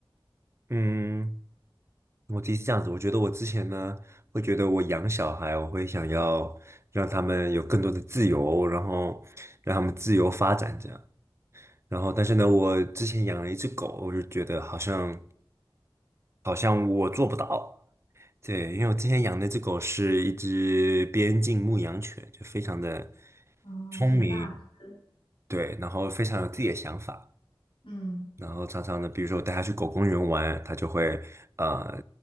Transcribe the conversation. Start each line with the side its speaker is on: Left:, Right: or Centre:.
Right: 嗯，我自己是这样子，我觉得我之前呢，会觉得我养小孩，我会想要让他们有更多的自由，然后让他们自由发展这样。然后，但是呢，我之前养了一只狗，我就觉得好像好像我做不到。对，因为我之前养那只狗是一只边境牧羊犬，就非常的
Left: 嗯，
Right: 聪明。
Left: 很大只，
Right: 对，然后非常有自己的想法，
Left: 嗯，
Right: 然后常常呢，比如说我带他去狗公园玩，他就会呃